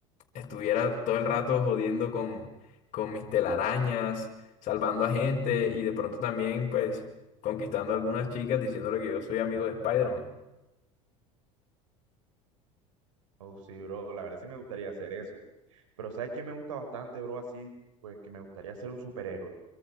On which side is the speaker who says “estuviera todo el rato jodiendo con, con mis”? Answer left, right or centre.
Left